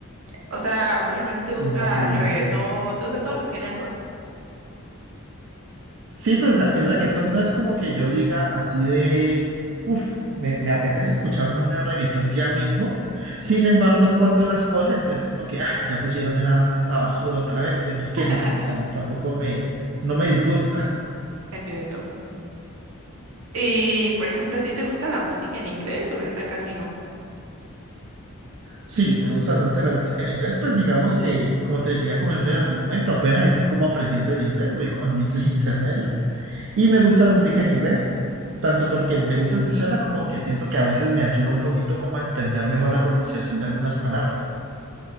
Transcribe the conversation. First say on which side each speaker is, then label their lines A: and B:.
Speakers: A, on the right; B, on the right.
A: O sea, por ejemplo, a ti te
B: Soy
A: gusta
B: más fluido.
A: el reggaetón, te gustan todos los géneros.
B: Sí, pues o sea, el reggaetón no es como que yo diga así de, uff, me, me apetece escucharme una de reggaetón ya mismo. Sin embargo, cuando las ponen, no es como que, ah, ya pusieron esa, esa basura otra vez. Yo no sé que
A: <laughs>
B: no, o sea, tampoco me, no me disgusta.
A: Entiendo. Y, por ejemplo, ¿a ti te gusta la música en inglés o esa casi no?
B: Sí, me gusta bastante la música en inglés, pues digamos que, como te llegué a comentar en algún momento, apenas estoy como aprendiendo el inglés, voy como en un inglés intermedio. Y me gusta la música en inglés, tanto porque me gusta escucharla como que siento que a veces me ayuda un poquito como a entender mejor la pronunciación de algunas palabras.